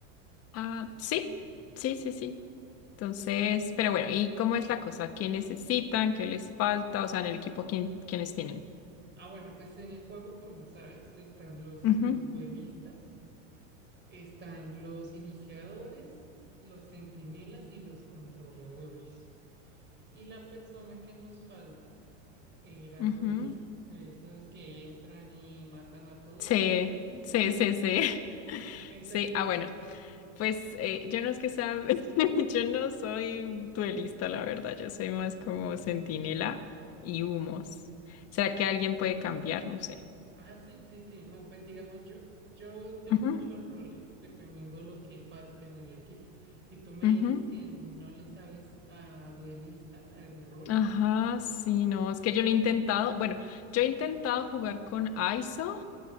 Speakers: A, on the left (about 40°); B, on the right (about 30°).
A: Ah, sí, sí, sí, sí. Entonces, pero bueno, ¿y cómo es la cosa? ¿Qué necesitan? ¿Qué les falta? O sea, en el equipo, ¿quién, quiénes tienen?
B: Ah, bueno, pues en el juego, como sabes, están los,
A: Ujú,
B: los duelistas, están los iniciadores, los centinelas y los controladores. Y la persona que nos falta era
A: ujú.
B: duelista, esos que entran y matan a todos.
A: Sí, sí, sí, sí.
B: <laughs> Entonces...
A: Sí, ah, bueno. Pues eh, yo no es que sea, <laughs> yo no soy duelista, la verdad, yo soy más como centinela y humos. ¿Será que alguien puede cambiar? No sé.
B: Ah, sí, sí, sí. No, pues digamos yo, yo tengo
A: Ujú,
B: muchos roles dependiendo lo que falte en el equipo. Si tú me
A: ujú.
B: dices que no le sabes a duelista, al rol,
A: Ajá, sí, no, es que yo lo he intentado, bueno, yo he intentado jugar con ISO,